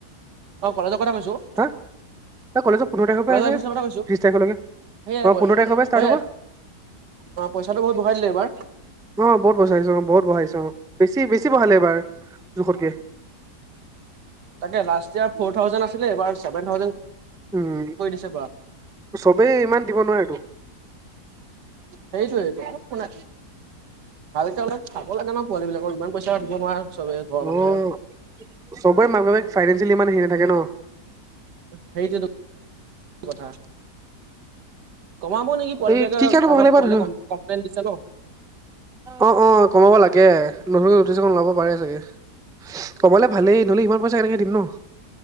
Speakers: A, on the right; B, in the centre.
A: অ কলেজৰ কথা কৈছোঁ?
B: হা! এই কলেজত পোন্ধৰ তাৰিখৰ পৰা আছে
A: এডমিশ্যনৰ
B: ত্ৰিশ
A: কথা কৈছো
B: তাৰিখলৈকে।
A: সেয়াই
B: অ
A: প
B: পোন্ধৰ তাৰিখৰ পৰা ষ্টাৰ্ট
A: সেয়াই,
B: হ'ব
A: অ পইচাটো ঘহুত বহাই দিলে এইবাৰ।
B: অ বহুত বচাইছোঁ অ বহুত বহাইছো অ, বেছি বেছি বহালে এইবাৰ জোখতকে?
A: তাকে লাষ্ট ইয়েৰ ফৰ থাউজেণ্ড আছিল এইবাৰ চেভেন থাউজেণ্ড
B: উমঁ।
A: কৈ দিছো বা
B: চবেই ইমান দিব নোৱাৰেটো?
A: সেইটোৱেইটো শুনা ভালকে অলপ খাব লাগে ন, পোৱালিবিলাকৰ ইমান পইচা দিব নোৱাৰে। চবে ঘৰৰ মানুহে
B: অঁ চবৰে মাক - বাপেক ফাইনেন্সিয়েলি ইমান হেৰি নাথাকে ন?
A: সেইটোতো কথা। কমাব নেকি পোৱালবিলাকক
B: এই কি কাৰণে বঢ়ালে
A: অলপ,
B: এইবাৰ
A: পোৱালি কম কমপ্লেইন দিছে ন?
B: অঁ অঁ কমাব লাগে, নতুনকৈ নটিছ এখন ওলাব পাৰে চাগে? ইছ কবলে ভালেই নহ'লে ইমান পইচা কেনেকৈ দিম ন?